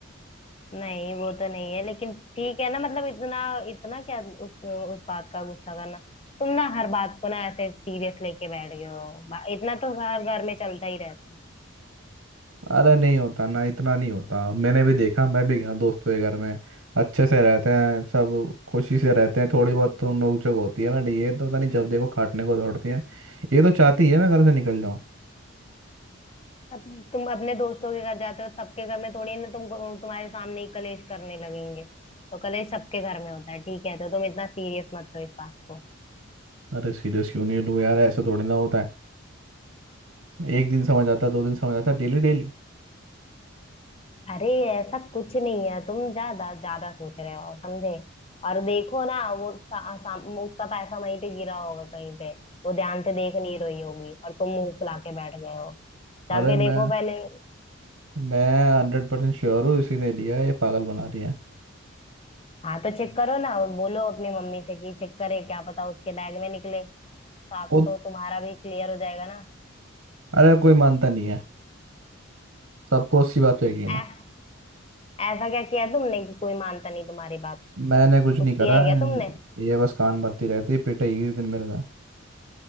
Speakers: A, on the left; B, on the right.
A: नहीं वो तो नहीं है लेकिन ठीक है ना मतलब इतना इतना क्या उस, उस बात का गुस्सा करना तुम ना हर बात को ना ऐसे सीरियस लेके बैठ गए हो बा- इतना तो हर घर में चलता ही रहता है
B: अरे नहीं होता ना इतना नहीं होता मैंने भी देखा मैं भी गया दोस्तों के घर में अच्छे से रहते हैं सब खुशी से रहते हैं थोड़ी बहुत तो नोकझोंक होती है बट ये तो पता नहीं जब देखो काटने को दौड़ती है ये तो चाहती है मैं घर से निकल जाऊँ
A: अब तुम अपने दोस्तों के घर जाते हो सबके घर में थोड़ी ना तुम तुम्हारे सामने ही कलेश करने लगेंगे तो कलेश सबके घर में होता है ठीक है तो तुम इतना सीरियस मत लो इस बात को
B: अरे सीरियस क्यों नहीं लूँ यार ऐसा थोड़ी ना होता है एक दिन समझ आता दो दिन समझ आता डेली डेली
A: अरे ऐसा कुछ नहीं है तुम ज्यादा ज्यादा सोच रहे हो समझे और देखो ना वो सा, सा, उसका पैसा वहीं पे गिरा होगा कहीं पे वो ध्यान से देख नहीं रही होगी और तुम मुंह फुला के बैठ गए हो
B: अरे
A: जाके
B: मैं
A: देखो पहले
B: मैं हंड्रेड परसेंट श्योर हूँ इसी ने लिया है, ये पागल बना रही है
A: हाँ तो चेक करो ना बोलो अपनी मम्मी से कि चेक करे क्या पता उसके बैग में निकले तो आप
B: खुद
A: तो तुम्हारा भी क्लियर हो जाएगा ना
B: अरे कोई मानता नहीं है सबको उसकी बात पे यकीन है
A: ऐ- ऐसा क्या किया है तुमने कि कोई मानता नहीं तुम्हारी बात
B: मैंने कुछ
A: कुछ
B: नहीं करा
A: किया है क्या
B: है,
A: तुमने
B: ये बस कान भरती रहती है पिटाई इस दिन मेरे साथ